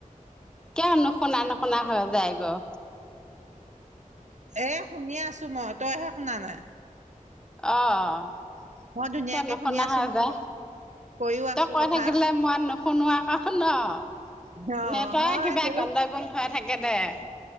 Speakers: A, in the centre; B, on the right (about 60°).
A: কিয় নুশুনা, নুশুনা হৈ যায় গৈ?
B: এ শুনি আছো মই, তইহে শুনা নাই।
A: অ'।
B: মই ধুনীয়াকে
A: কিয় নুশুনা
B: শুনি আছো
A: হয়
B: মই
A: যে,
B: কৈ কৈও
A: তই
B: আছো
A: কৈ
B: কথা
A: থাকিলে মই নুশুনোৱা আক ন'
B: অ
A: নেটৰই
B: মই
A: কিবা
B: তেও
A: গণ্ডগোল হৈ থাকে। <unintelligible>